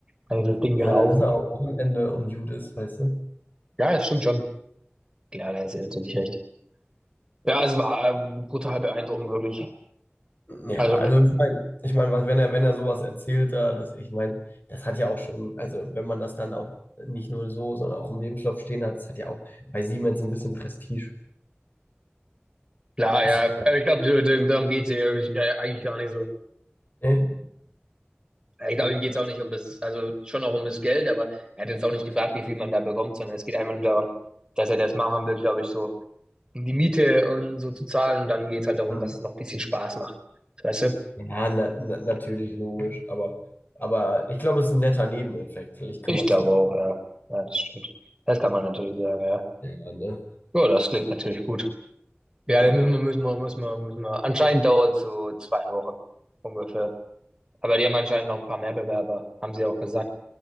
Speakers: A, on the right; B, on the left.
A: Dann ist das Ding gelaufen.
B: Ja, dann ist ja auch Wochenende und gut ist, weißt du?
A: Ja, das stimmt schon. Klar, da ist er natürlich recht. Ja, es war ähm, brutal beeindruckend, wirklich.
B: Ja,
A: Also,
B: also ich meine, ich mein, was, wenn er, wenn er sowas erzählt da, das, ich meine, das hat ja auch schon, also wenn man das dann auch nicht nur so, sondern auch im Lebenslauf stehen hat, das hat ja auch bei Siemens ein bisschen Prestige.
A: klar,
B: Das
A: ja,
B: ist,
A: Also, ich glaube, darum geht's hier irgendwie, äh, eigentlich gar nicht so.
B: ne?
A: Ja, Ich glaube, ihm geht es auch nicht um das, also schon auch um das Geld, aber er hat jetzt auch nicht gefragt, wie viel man da bekommt, sondern es geht einfach nur darum, dass er das machen will, glaube ich, so, um die Miete und so zu zahlen. Und dann geht es halt darum,
B: Hm.
A: dass es noch ein bisschen Spaß macht. Weißt du?
B: Ja, na, na, natürlich logisch, aber, aber ich glaube, es ist ein netter Nebeneffekt. Vielleicht kann
A: Ich
B: man
A: glaube
B: es so.
A: auch, ja. Ja, das stimmt. Das kann man natürlich sagen, ja.
B: Ja, ne?
A: Ja, das klingt natürlich gut. Ja,
B: Ja,
A: das müssen wir, müssen wir, müssen wir, müssen wir. Anscheinend dauert es so zwei Wochen ungefähr. Aber die haben anscheinend noch ein paar mehr Bewerber, haben sie auch gesagt,